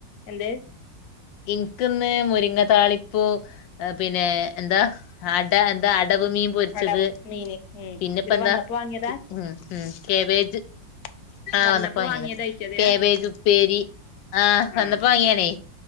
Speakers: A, on the left; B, on the left.
A: എന്ത്
B: ഇനിക്കിന്ന് മുരിങ്ങ താളിപ്പൂ പിന്നെ എന്താ അട എന്താ അടവ് മീൻ പൊരിച്ചത്
A: പടവ് മീന് ഉം
B: പിന്നെപ്പ
A: ഇതിലെ
B: എന്താ
A: വന്നപ്പോ വാങ്ങിയതാ
B: ഉം ഉം കേബേജ് ആഹ്
A: വന്നപ്പോ
B: വന്നപ്പോ വാങ്ങിയതാ
A: വാങ്ങിയതായിറ്റതില
B: കേബേജ് ഉപ്പേരി ആഹ് വന്നപ്പോ
A: ആഹ്
B: വാങ്ങിയാണേ